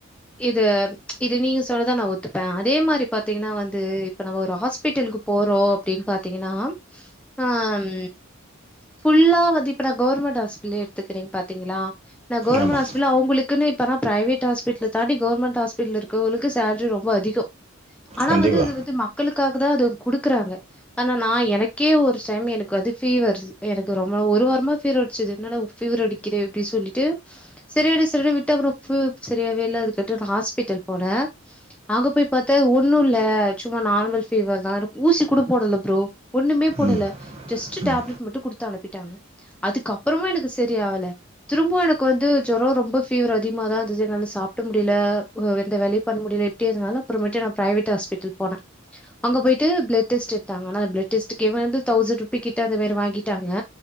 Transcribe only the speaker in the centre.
இது இது நீங்க சொன்னதா நா ஒத்துப்பே அதே மாரி பாத்தீங்கன்னா வந்து இப்ப நம்ம ஒரு ஹாஸ்பிட்டலுக்கு போறோம் அப்டின் பாத்தீங்கன்னா ஹம் ஃபுல்லா வந்து இப்ப நான் கவர்மெண்ட் ஹாஸ்பிடலயே எடுத்துக்கிறேன் பாத்தீங்களா நா கவுர்மெண்ட்
ஹாஸ்பிடல்ல அவுங்களுக்குன்ன இப்பனா பிரவேட் ஹாஸ்பி ட்லதாண்டி கவர்மெண்ட் ஹால் இருக்கவளுக்கு சேரி ரொம்போ அதிகோம் ஆனா
வந்து து வந்து மக்களுக்கா கதான் அது குடுக்குறாங்க ஆனா நான் எனக்கே ஒரு டைம் எனக்கு வந்து ஃபீவரு எனக்கு ரொம்ப ஒருவார மா ஃபீவரடிச்சது என்னடா உப்ஃபீவரடிக்கிதே அப்டி சொல்லிட்டு சரியாயிடு சரி விட்டா அப்புறோ ஃபீ சரியவேல்ல அது கட்டு நான் ஹாஸ்பிட்டல் போனேன் அங்க போய் பார்த்தே ஒன்னும் இல்ல சும்மா நார்மல் ஃபீவர் தான் எனக்கு ஊசி கூட போடல ப்ரோ ஒண்ணுமே போடல
ஜஸ்ட்
டேப்லட் மட்டும் குடுத்து அனுப்பிட்டாங்க அதுக்கப்புறமும் எனக்கு சரிஆவல திரும்பவும் எனக்கு வந்து ஜொரோ ரொம்ப ஃபீவர் அதிகமா தான் சி என்னால சாப்பிட முடியல எந்த வேலயு பண்ண முடியல எப்டி அதனால அப்புறமேட்டு நான் பிரைவேட் ஹாஸ்பிட்டல் போன அங்க போயிட்டு பிளட் டெஸ்ட் எட்தாங்க ஆனா பிளட் டெஸ்ட்டுக்கே வந்து தௌசண்ட்ருபி கிட்ட அந்த மேரி வாங்கிட்டாங்க